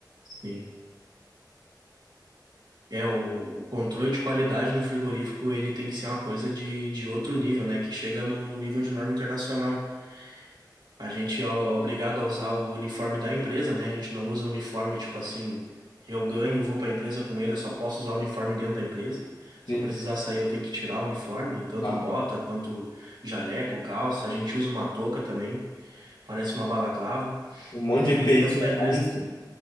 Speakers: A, on the right (about 70°); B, on the left (about 80°).
A: sim. É, o, o controle de qualidade no frigorífico, ele tem que ser uma coisa de, de outro nível, né? Que chega no nível de norma internacional. A gente é obrigado a usar o uniforme da empresa, né? A gente não usa o uniforme, tipo assim, eu ganho, vou pra empresa com ele, eu só posso usar o uniforme dentro da empresa. Se
B: Sim.
A: eu precisar sair, eu tenho que tirar o uniforme, tanto
B: Ah,
A: bota quanto jaleco, calça. A gente usa uma touca também, parece uma balaclava.
B: um monte de E
A: E
B: p
A: dentro
B: i se
A: da empresa,
B: arrisca.